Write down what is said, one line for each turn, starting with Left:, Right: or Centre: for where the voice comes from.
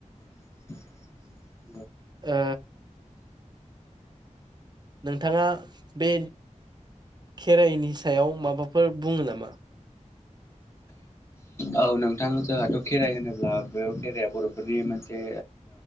Left: <inaudible>
Right: ओ नोंथाङा बे खेराइनि सायाव माबाफोर बुङो नामा
Left: औ नोंथां जोंहाथ' खेराइ होनोब्ला बे खेराइाया बर'फोरनि मोनसे